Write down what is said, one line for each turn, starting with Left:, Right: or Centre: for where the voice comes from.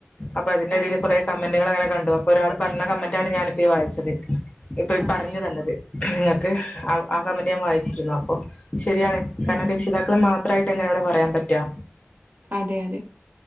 Left: അപ്പൊ അതിന്റെ
Right: അതെ
Left: അടീല്
Right: അതെ
Left: കുറേ കമന്റുകൾ അങ്ങനെ കണ്ടു അപ്പോരാള് പറഞ്ഞ കമന്റാണ് ഞാനിപ്പ ഈ വായിച്ചത്. ഇപ്പൊ ഈ
Right: ആ
Left: പറഞ്ഞു
Right: ആ
Left: തന്നത് നിങ്ങക്ക് ആ കമന്റ് ഞാൻ വായിച്ചിരുന്നു അപ്പൊ ശരിയാണ്. കാരണം
Right: ഉം
Left: രക്ഷിതാക്കളെ മാത്രമായിട്ട് എങ്ങനെ ഇവിടെ പറയാൻ പറ്റാ?
Right: അതെ അതെ.